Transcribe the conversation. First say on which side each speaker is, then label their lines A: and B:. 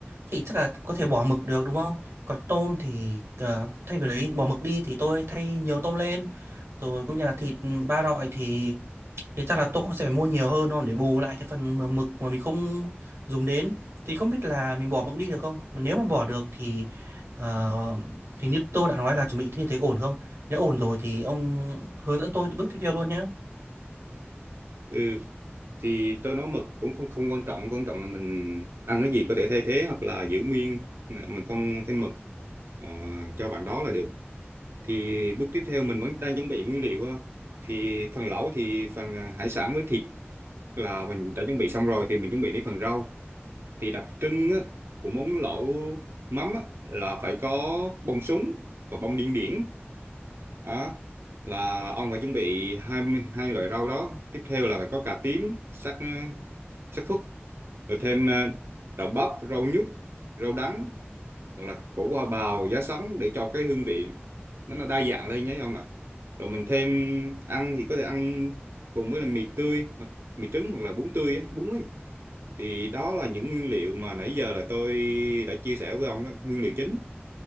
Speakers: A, on the right; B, on the right.
A: thì chắc là có thể bỏ mực được đúng không còn tôm thì ờ, thay vì đấy bỏ mực đi thì tôi thay nhiều tôm lên rồi cũng như là thịt ba loại thì thì chắc là tôi cũng sẽ phải mua nhiều hơn thôi để bù lại cái phần mà mực mà mình không dùng đến thì không biết là mình bỏ mực đi được không mà nếu mà bỏ được thì ờ, thì như tôi đã nói là chuẩn bị như thế ổn không nếu ổn rồi thì ông hướng dẫn tôi bước tiếp theo luôn nhé
B: Ừ. Thì tôi nói mực cũng không không quan trọng, quan trọng là mình ăn cái gì có thể thay thế hoặc là giữ nguyên, mình không thêm mực ờ, cho bạn đó là được. Thì bước tiếp theo mình vẫn đang chuẩn bị nguyên liệu. á. Thì phần lẩu thì phần à, hải sản với thịt là mình đã chuẩn bị xong rồi thì mình chuẩn bị đến phần rau. Thì đặc trưng á, của món lẩu mắm á, là phải có bông súng và bông điên điển. Đó. là ông phải chuẩn bị hai hai loại rau đó tiếp theo là phải có cà tím sắc sắc thuốc rồi thêm à, đậu bắp rau nhút rau đắng hoặc là củ hoa bào giá sắn để cho cái hương vị nó là đa dạng lên nhé ông ạ rồi mình thêm ăn thì có thể ăn cùng với là mì tươi hoặc mì trứng hoặc là bún tươi ấy, bún ấy thì đó là những nguyên liệu mà nãy giờ là tôi đã chia sẻ với ông đó nguyên liệu chính